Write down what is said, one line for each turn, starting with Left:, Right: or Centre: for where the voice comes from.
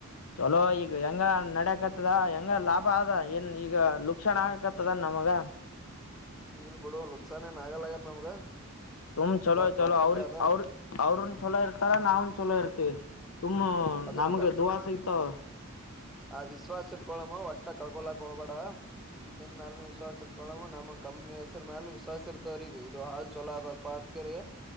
Left: ಚಲೋ ಈಗ ಹೆಂಗ ನಡಕತ್ತದಂಗ ಹಂಗ ಲಾಭ ಆದ ಏನ್ ಈಗ ಲುಕ್ಷಣ ಆಗಕತ್ತದೇನ ನಮಗ
Centre: ಇಲ್ ಬಿಡು ಲುಕ್ಸಾನ್ ನ್ ಆಗಲ್ಲ ಆಗದ್ ನಮ್ಗ
Left: ತುಮ ಚಲೋ
Centre: ಎಲ್ಲಾ ಪ್ರಾಫಿಟ್
Left: ಚಲೋ ಅವ್
Centre: ಅದ
Left: ಅವ್ರ ಅವ್ರ ಚಲೋ ಇರ್ತಾರ ನಾವನ್ ಚಲೋ ಇರ್ತೀವಿ ತುಮ್ಮ
Centre: ಅದನ್ನು
Left: ನಮ್ಗೆ ದದುುವಾಸ ಇತವ
Centre: ಆ ವಿಶ್ವಾಸ ಇಟ್ಕೊಳಮ್ಮ ಒಟ್ಟ ಕಳ್ಕೊಳಕ್ ಹೋಗಬೇಡ ನಿನ್ ಮ್ಯಾಲ ವಿಶ್ವಾಸ ಇಟ್ಕೊಳಮ್ಮ ನಮ್ಮ ಕಂಪ್ನಿ ಹೆಸರ ಮ್ಯಾಲ ವಿಶ್ವಾಸ ಇರ್ತವ್ರಗ ಇದು ಹಾಲ್ ಚಲೋದಪ್ಪ ಅಂತ ರಿ